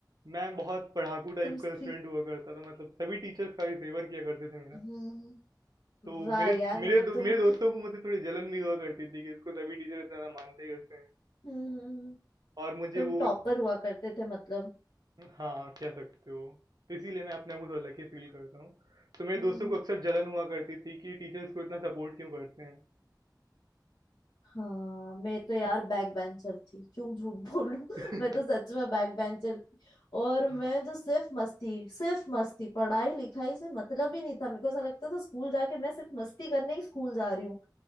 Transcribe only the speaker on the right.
मैं बहुत पढ़ाकू टाइप
का
स्टूडेंट हुआ करता था मतलब सभी टीचर्स काफी फेवर किया करते थे मेरा
तो
मेरे
मेरे दो,
मेरे दोस्तों को मुझसे थोड़ी जलन भी हुआ करती थी कि इसको सभी टीचर इतना ना मानते कैसे हैं
और मुझे
वो
हाँ कह सकते हो तो इसीलिए मैं अपने आप को थोड़ा लकी फील करता हूँ तो मेरे
दोस्तों को अक्सर जलन हुआ करती थी कि टीचर्स को इतना सपोर्ट क्यों करते हैं
<laughs>
हम्म,